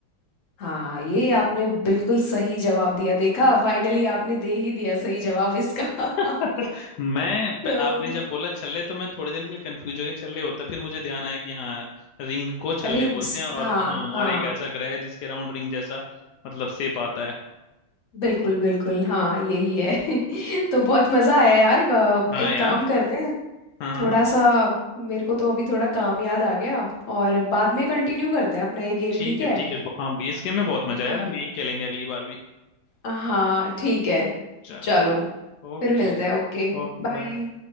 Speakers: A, on the left (about 45°); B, on the left (about 80°).
A: हाँ ये आपने बिल्कुल सही जवाब दिया देखा फाइनली आपने दे ही दिया सही जवाब इसका
B: <laughs>
A: <laughs>
B: मैं
A: तो
B: प- आपने जब बोला छल्ले तो मैं थोड़ी देर के लिए कंफ्यूज हो गया छल्ले होता फिर मुझे ध्यान आया कि हाँ रिंग को छल्ले
A: रिंग्स
B: बोलते हैं और
A: हाँ
B: हाँ
A: हाँ
B: और एक ऐसा ग्रह है जिसके अराउंड रिंग जैसा मतलब शेप आता है तो
A: बिल्कुल बिल्कुल हाँ यही है <laughs> तो बहुत मज़ा आया यार अ,
B: हाँ
A: एक
B: यार
A: काम करते हैं
B: हाँ हाँ
A: थोड़ा सा मेरे को तो अभी थोड़ा काम याद आ गया और बाद में कंटिन्यू करते हैं अपना ये गेम
B: ठीक
A: ठीक
B: है
A: है
B: ठीक है ब- हाँ इसके में बहुत मजा आया
A: अ-
B: यार हम यही खेलेंगे अगली बार भी
A: हाँ ठीक है
B: चलो
A: चलो
B: ठीक ओके
A: फिर मिलते हैं Okay
B: Okay
A: bye
B: bye